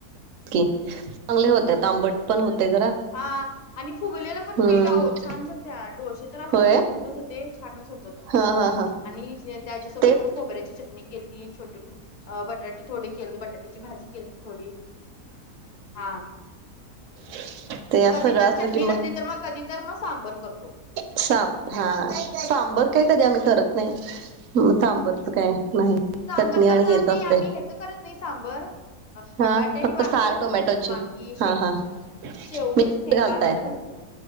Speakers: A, on the right; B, on the left.
A: की चांगले होते आंबट पण होते जरा.
B: हा आणि फुगलेला पण
A: हम्म
B: पीठ आहो छान झालते. डोसे तर असले
A: होय
B: भारी उठत होते. छानच होत होते.
A: हा. हा. हा.
B: आणि त्याच्यासोबत
A: तेच
B: मग खोबऱ्याची चटणी केलती, छोटे बटाटे थोडे केलंते बटाट्याची भाजी केलती थोडी. हा.
A: <inaudible>
B: कधी तर
A: असलं
B: चटणी
A: की
B: नसली तर, मग कधी तर मग सांबर करतो.
A: सांब हा सांबर काय कधी आम्ही करत नाही. सांबरच काय नाही.
B: सांबर
A: चटणी आणि
B: कस नाही.
A: हेच असतंय
B: आम्ही हच करत नाही सांबर.
A: हा
B: बटाटे आणि
A: फक्त
B: वांगी
A: सार
B: घालतो
A: टोमॅटोची
B: त्यात वांगी शेंग
A: हा हा
B: शेवग्याच्या
A: मी
B: शेंगा
A: घालताय
B: असलं घालतो मग